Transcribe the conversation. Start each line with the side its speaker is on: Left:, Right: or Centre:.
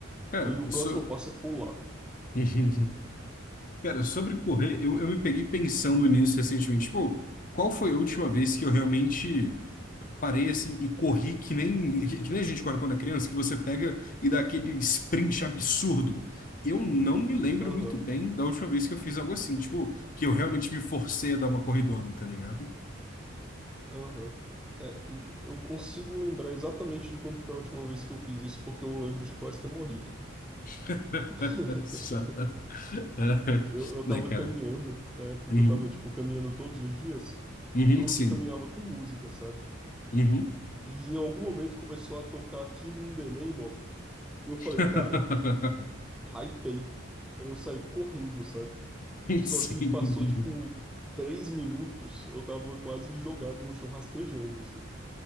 Left: Cara,
Centre: E
Left: eu
Centre: o próximo
Left: sou...
Centre: passo é pular.
Left: <laughs> Cara, sobre correr, eu, eu me peguei pensando nisso recentemente. Pô, qual foi a última vez que eu realmente parei assim e corri que nem, que que nem a gente corre quando é criança, que você pega e dá aquele sprint absurdo. Eu não me lembro
Centre: Aham,
Left: muito bem da última vez que eu fiz algo assim, tipo, que eu realmente me forcei a dar uma corridona, tá ligado?
Centre: aham. É, n- eu consigo lembrar exatamente de quando foi a última vez que eu fiz isso, porque eu lembro de quase ter morrido.
Left: <laughs>
Centre: <laughs>
Left: Só- <laughs>
Centre: Eu, eu
Left: Né,
Centre: tava
Left: cara?
Centre: caminhando, na época
Left: Uhum.
Centre: que eu tava, tipo, caminhando todos os dias,
Left: Uhum,
Centre: e eu
Left: sim.
Centre: caminhava com música, sabe?
Left: Uhum.
Centre: E em algum momento começou a tocar Killing in the Name of. E eu falei,
Left: <laughs>
Centre: cara, hypei. Aí eu saí correndo, saca? Só
Left: Sim.
Centre: que passou, tipo, três minutos, eu tava quase jogado no chão rastejando, assim.